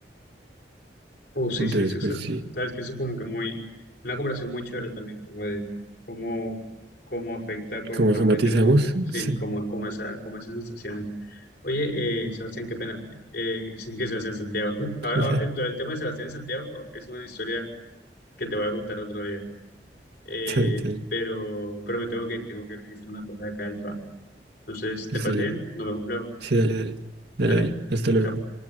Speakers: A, on the left; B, on the right.
A: oh, sí,
B: Entonces,
A: sí, sí. o
B: pues
A: sea,
B: sí,
A: Sabes que eso es como que muy, una conversación muy chévere también, como de cómo, cómo afecta corporalmente,
B: como somatizamos,
A: como que, sí,
B: sí.
A: como, como esa, como esas sensaciones. Oye, eh, Sebastián, qué pena. Eh, <laughs> sí, que Sebastián Santiago. <laughs> Ahora,
B: <laughs> Está
A: ahora, el, el tema de Sebastián y Santiago oh, es una historia que te voy a contar otro día. Eh,
B: bien, está bien.
A: pero, pero me tengo que ir, tengo que organizar unas cosas acá del trabajo. Entonces, ¿te parece
B: Sí,
A: bien? Nos vemos luego.
B: sí, dale, dale. Dale,
A: Dale,
B: dale. Hasta luego.
A: chao.